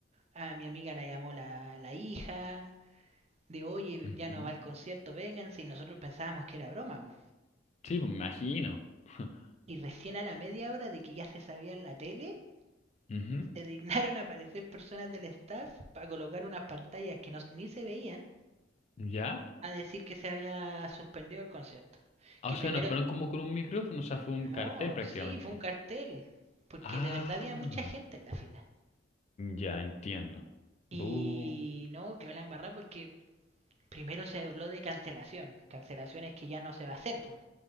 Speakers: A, on the right; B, on the left.
A: a mi amiga la llamó la, la hija, de oye,
B: mhm
A: ya no va el concierto, vénganse. Y nosotros pensábamos que era broma. po.
B: Sí, pues me imagino. <laughs>
A: Y recién a la media hora de que ya se sabía en la tele,
B: Ujú,
A: se dignaron a aparecer personas del staff para colocar unas pantallas que no, ni se veían
B: ¿Ya?
A: a decir que se había suspendido el concierto.
B: Ah,
A: Que
B: O sea,
A: primero,
B: no fueron como con un micrófono, o sea, fue un cartel
A: no,
B: prácticamente.
A: sí, fue un cartel, porque
B: Ah,
A: de verdad había mucha gente en la fila.
B: ya entiendo.
A: Y
B: Bu.
A: no, quedó la embarrada porque primero se habló de cancelación, cancelaciones que ya no se va a hacer. po.